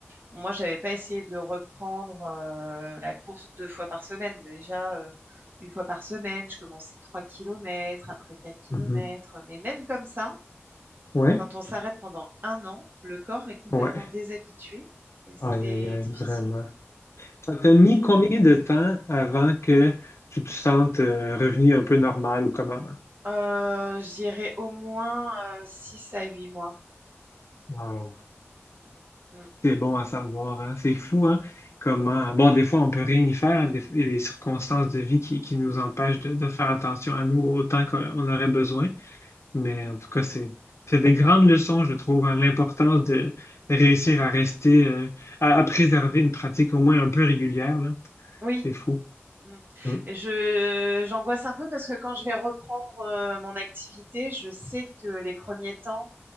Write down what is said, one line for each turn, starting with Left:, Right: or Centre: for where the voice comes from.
Right: Moi, j'avais pas essayé de reprendre euh, la course deux fois par semaine. mais Déjà, euh, une fois par semaine, je commençais 3 kilomètres, après quatre kilomètres.
Left: Mhm.
Right: Mais même comme ça,
Left: Ouais.
Right: quand on s'arrête pendant un an, le corps est complètement
Left: Ouais. Ouais.
Right: déshabitué et c'est
Left: Aïe, aïe, aïe,
Right: difficile.
Left: vraiment. Ça t'a mis combien de temps avant que tu te sentes euh, revenu un peu normal ou comme avant?
Right: Euh, j'irai au moins 6 à 8 mois.
Left: Wow.
Right: Mm.
Left: C'est bon à savoir, hein? C'est fou, hein? Comment. Bon, des fois, on peut rien y faire. hein. Des fois, il y a des circonstances de vie qui, qui nous empêchent de, de faire attention à nous autant qu'on aurait besoin. Mais en tout cas, c'est c'est des grandes leçons, je trouve, hein, l'importance de réussir à rester, euh, à, à préserver une pratique au moins un peu régulière, là.
Right: Oui,
Left: C'est fou.
Right: Mm.
Left: Mm.
Right: Et je, j'angoisse un peu parce que quand je vais reprendre euh, mon activité, je sais que les premiers temps,